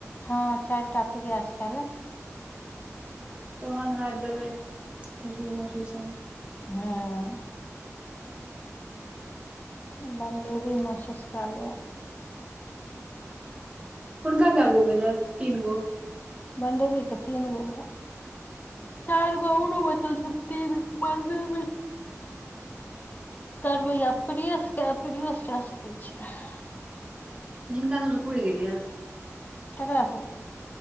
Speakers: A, on the left; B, on the right.
A: हँ चाइटा प्रिया स कै लेब
B: तोहन हाथ देबे खुशबूमुशी सब
A: हँ बन्देरी महसूस कए ले
B: हुनका क्या गो भेलै तीन गो
A: बन्देवी केँ एक तीन गो चारि गो औरो बचल छै <unintelligible> मे <unintelligible> कए सकै छी
B: जिनका सबस पूर गेलियै
A: ककर सँ